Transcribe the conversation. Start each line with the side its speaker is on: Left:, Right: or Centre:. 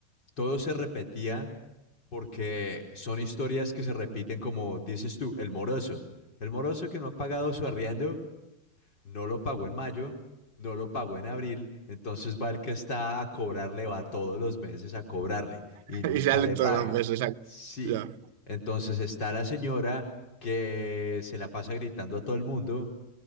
Left: todo se repetía porque son historias que se repiten como dices tú, el moroso. El moroso que no ha pagado su arriendo, no lo pagó en mayo, no lo pagó en abril, entonces va el que está a cobrarle, va todos los meses a cobrarle
Right: <laughs>
Left: y nunca
Right: Y salen
Left: le
Right: todos
Left: paga.
Right: los meses. ac-
Left: Sí,
Right: Ya,
Left: entonces está la señora que se la pasa gritando a todo el mundo